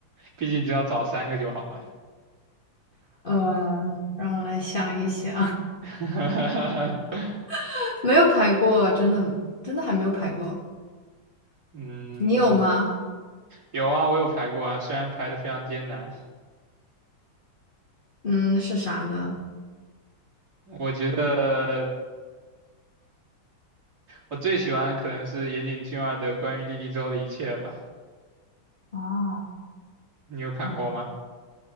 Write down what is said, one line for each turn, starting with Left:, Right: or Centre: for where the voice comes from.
Right: 毕竟只要找三个就好了。
Left: <laughs> 呃，让我来想一想，
Right: <laughs>
Left: <laughs> 没有排过，真的真的还没有排过，
Right: 嗯，
Left: 你有吗？
Right: 有啊，我有排过啊，虽然排的非常艰难。
Left: 嗯，是啥呢？
Right: 我觉得我最喜欢可能是岩井俊二的《关于莉莉周的一切》吧，
Left: 啊，
Right: 你有看过吗？
Left: 啊，